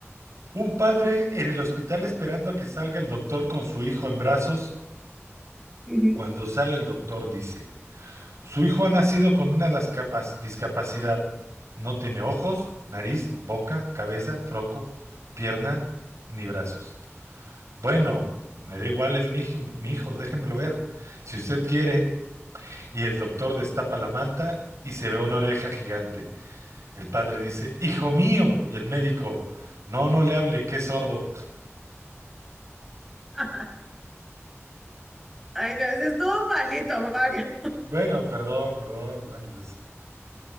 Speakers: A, on the right; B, in the centre.
A: un padre en el hospital esperando a que salga el doctor con su hijo en brazos.
B: Ujú.
A: Cuando sale el doctor dice, su hijo ha nacido con una discapac- discapacidad. No tiene ojos, nariz, boca, cabeza, troco, pierna, ni brazos. Bueno, me da igual, es mi hijo, mi hijo, déjemelo ver. Si usted quiere. y el doctor destapa la manta y se ve una oreja gigante. El padre dice, Hijo mío, y el médico, no, no le hable, que es sordo. <laughs>
B: <laughs> Ay, no, ese estuvo malito, Mario.
A: Bueno, perdón, perdón, bueno, pues,